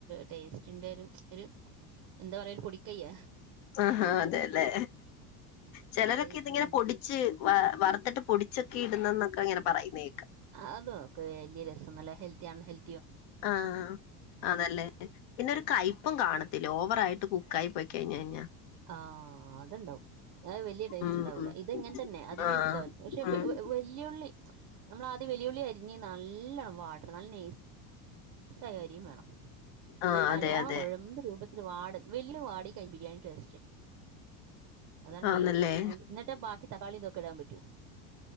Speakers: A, on the right; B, on the left.
A: ടേസ്റ്റിന്റെരു ഒരു എന്താറയ ഒരു പൊടിക്കയ്യ
B: ആ അതെല്ലേ ചെലരൊക്കെ
A: ടേസ്റ്റ്
B: ഇതിങ്ങനെ പൊടിച്ച് വ വ ത്ത്ട്ട് പൊടിച്ചൊക്കെ ഇടുന്നന്നൊക്കെ ഇങ്ങനെ പറയുന്നേ
A: ആ അതോക്കെ വല്യ രസംന്നല്ല ഹെൽത്തി ആണ് ഹെൽ
B: ആ അതല്ലേ പിന്നെ ഒരു കയ്പ്പും കാണു തില് ഓവറായിട്ട് കുക്കായിപ്പൊയ്ക്കഴിഞ്ഞഴിഞ്ഞ
A: ആ അത്ണ്ടാവും അത വല്യ ടേസ്റ്റ്
B: ഉം
A: ഉണ്ടാവൂല
B: ഉം
A: ഇത്ങ്ങനെ തന്നെ അധികം
B: ആഹ്
A: കുക്കാ പക്ഷെ
B: ഉം
A: വല്യുള്ളി നമ്മള ത് വെല്ലുളി അരിഞ്ഞ് നല്ലണ്ണം വാട്ടണം നല്ല ന സകാരിയും വേണം
B: ആഹ്
A: എന്നല്ലോണം
B: അതെ അതെ
A: കൊഴമ്പ് രൂപത്തിൽപാട് വല്യ വാടിക്കൈ ബിരിയാണി ടേസ് <unintelligible> അതാണ്
B: ആന്നല്ലേ
A: മെയിൻ വെല്ലുവിളി ന്നിട്ട ബാക്കി തക്കാളി ഇതൊക്കെ ഇടാൻ പറ്റൂ